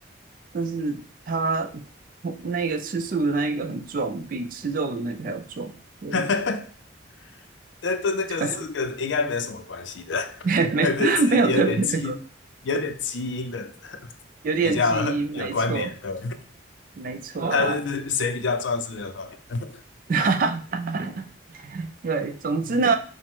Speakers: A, on the right (about 45°); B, on the left (about 70°).
A: 但是它那个吃素的那一个很壮，比吃肉的那个还要壮，对
B: <laughs> 但但那个是跟应该没有什么关系的，
A: 对啊，<laughs> 没没有没有特别的，
B: <laughs> 对，是有点基有点基因的
A: 有点基因，
B: 比较有关联的，
A: 没错没错，
B: <laughs>
A: 啊
B: 他是谁比较壮是没有道理的。
A: <laughs>，对，总之呢，